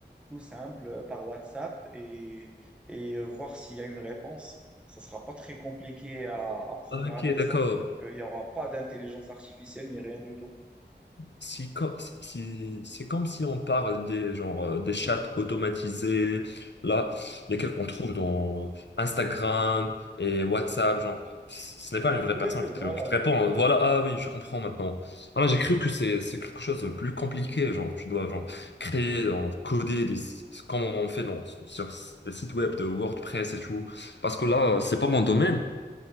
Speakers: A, in the centre; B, on the left.
A: tout simple euh, par WhatsApp et, et euh, voir s'il y a une réponse. Ça sera pas très compliqué à, à programmer
B: Ah, Ok, d'accord.
A: ça, puisqu'il n'y aura pas d'intelligence artificielle ni rien du tout.
B: Si, co- si- c'est comme si on parle des, genre, euh, des chats automatisés, là, lesquels on trouve dans Instagram et WhatsApp, genre, ce n'est pas une vraie
A: Oui,
B: personne
A: oui,
B: qui
A: voilà.
B: te, qui te répond. hein. Voilà, ah oui, je comprends maintenant. Ah, j'ai cru que c'est, c'est quelque chose de plus compliqué, genre, tu dois, genre, créer, genre, coder des, comme on fait dans, sur les sites web de WordPress et tout. Parce que là, c'est pas mon domaine.